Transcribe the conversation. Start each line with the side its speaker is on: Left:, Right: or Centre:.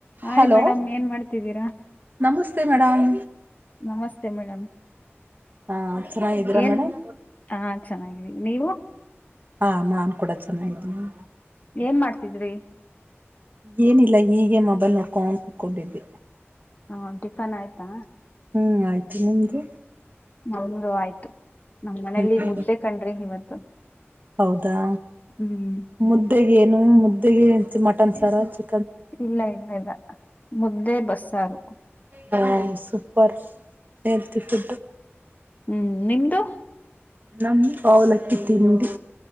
Left: Hi
Right: hello
Left: madam ಏನ್ ಮಾಡ್ತಿದ್ದೀರಾ
Right: ನಮುಸ್ತೆ ಮೇಡಂ.
Left: ನಮಸ್ತೆ ಮೇಡಂ.
Right: ಹಾ ಚೆನ್ನಾಗಿದ್ದೀರಾ
Left: ಏನ್
Right: ಮೇಡಮ್
Left: ಹಾ ಚೆನಾಗಿದ್ದೀವಿ ನೀವು.
Right: ಹಾ ನಾನ್ ಕೂಡ ಚೆನಾಗಿದ್ದೀನಿ.
Left: ಏನ್ ಮಾಡ್ತಿದ್ರಿ.
Right: ಏನಿಲ್ಲ ಹೀಗೆ ಮೊಬೈಲ್ ನೋಡ್ಕೊಂಡ್ ಕುತ್ಕೊಂಡಿದ್ದೆ.
Left: ಹಾ ಟಿಫನ್ ಆಯ್ತಾ.
Right: ಹ್ಮ್ ಆಯ್ತು ನಿಮ್ದು.
Left: ನಮ್ದು ಆಯ್ತು. ನಮ್ ಮನೇಲಿ
Right: ಹ್ಮ್
Left: ಮುದ್ದೆ ಕಂಡ್ರಿ ಇವತ್ತು
Right: ಹೌದಾ.
Left: ಹ್ಮ್.
Right: ಮುದ್ದೆಗೇನು ಮುದ್ದೆಗೆನ್ ಮಟನ್ ಸರ ಚಿ
Left: ಇಲ್ಲ ಇಲ್ಲ ಇಲ್ಲ ಮುದ್ದೆ ಬಸ್ಸಾರು.
Right: ಹ ಸೂಪರ್ ಹೆಲ್ತಿ ಫುಡ್ದು.
Left: ಹ್ಮ್ ನಿಮ್ದು.
Right: ನಮ್ದ್ ಅವಲಕ್ಕಿ ತಿಂಡಿ.